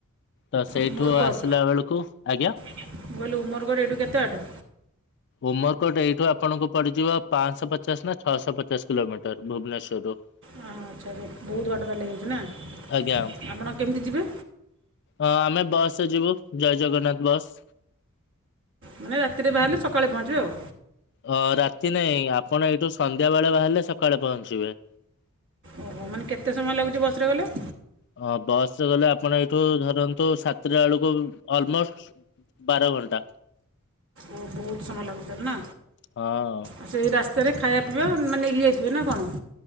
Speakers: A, on the left (about 50°); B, on the right (about 60°).
A: ତ ସେଇଠୁ
B: ଉମରକୋଟ
A: ଆସିଲା ବେଳୁକୁ ଆଜ୍ଞା।
B: ମୁଁ କଇଲି ଉମରକୋଟ୍ ଏଇଠୁ କେତେ ବାଟ?
A: ଉମରକୋଟ ଏଇଠୁ ଆପଣଙ୍କୁ ପଡିଯିବ ପାଆଁଶହ ପଚାଶ ନା ଛଅଶହ ପଚାଶ କିଲୋମିଟର ଭୁବନେଶ୍ୱରରୁୁ।
B: ହଁ ଆଚ୍ଛା <unintelligible> ବହୁତ ବାଟ ତାହେଲେ ହେଇଯାଉଚି ନା
A: ଆଜ୍ଞା
B: ଆପଣ କେମିତି ଯିବେ?
A: ଅ ଆମେ ବସରେ ଯିବୁ ଜୟ ଜଗନ୍ନାଥ ବସ୍।
B: ମାନେ ରାତିରେ ବାହାରିଲେ ସକାଳେ ପହଞ୍ଚିବେ ଆଉ।
A: ଅ ରାତି ନାଇଁ ଆପଣ ଏଇଠୁ ସନ୍ଧ୍ୟା ବେଳେ ବାହାରିଲେ ସକାଳେ ପହଞ୍ଚିବେ।
B: ଓହୋ ମାନେ କେତେ ସମୟ ଲାଗୁଚି ବସ୍ ରେ ଗଲେ?
A: ହଁ ବସ ରେ ଗଲେ ଆପଣ ଏଇଠୁ ଧରନ୍ତୁ ସାତଟା ବେଳୁକୁ ଅଲମୋଷ୍ଟ ବାର ଘଣ୍ଟା।
B: ଓ ବହୁତ ସମୟ ଲାଗୁଚି ତାହାଲେ ନା।
A: ହଁ
B: ଆଉ ସେଇ ରାସ୍ତାରେ ଖାଇବା ପିଇବା ମାନେ ନେଇକି ଯାଇଥିବେ ନା କଣ?